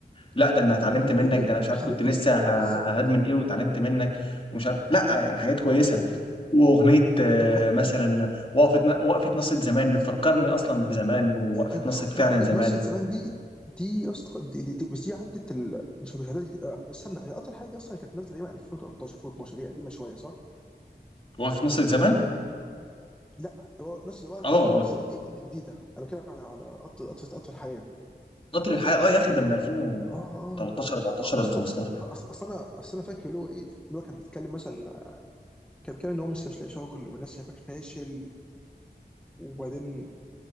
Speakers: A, on the left (about 30°); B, in the centre.
A: لا ده انا اتعلمت
B: ان الاغنيه
A: منك
B: دي
A: ده انا مش عارف
B: خدتهم
A: كنت لسه ه-
B: بالظبط
A: هدمن ايه واتعلمت منك ومش عارف لا يعني حاجات كويسه
B: واو
A: واغنيه آه،
B: طب هل
A: مثلا وقفه ن- وقفه نصة زمان بتفكرني اصلا بزمان ووقفه
B: أيوة،
A: نصة فعلا
B: وقفه
A: زمان
B: نصره زمان دي دي يا اسطى دي, دي, دي مش دي عدت ال... مش مش عدت آه، بس استنى هي اطول حاجه دي اصلا كانت نازله تقريبا 2013 2012 دي قديمه شويه صح؟
A: وقفه نصة زمان
B: لا هو نص وقفه
A: اه آه،
B: وقفة نص زمان دي دي جديده انا بتكلم على على اطول اطول اطول حياه
A: قطر الحياة اه يا اخي ده من 2013
B: اه اه
A: 14
B: آه،
A: ولا
B: اصل
A: 15
B: اصل اصل أصل انا اصل انا فاكر اللي هو ايه اللي هو كان بيتكلم مثلا كان بيتكلم ان هو مش مش لاقي شغل والناس شايفاك فاشل وبعدين